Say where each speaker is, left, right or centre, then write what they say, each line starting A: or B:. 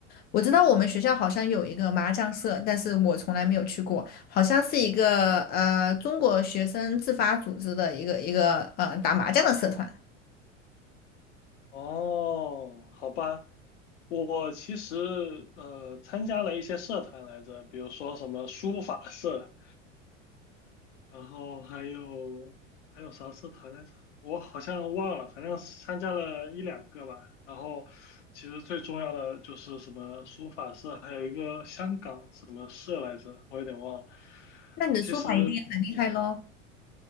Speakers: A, on the left; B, on the left.
A: 我知道我们学校好像有一个麻将社，但是我从来没有去过，好像是一个呃中国学生自发组织的一个一个呃打麻将的社团。
B: 哦，好吧。我其实呃参加了一些社团来着，比如说什么书法社。然后还有还有啥社团来着？我好像忘了，反正参加了一两个吧。然后其实最重要的就是什么书法社，还有一个香港什么社来着，我有点忘了。
A: 那你的书法一定很厉害喽，
B: 其实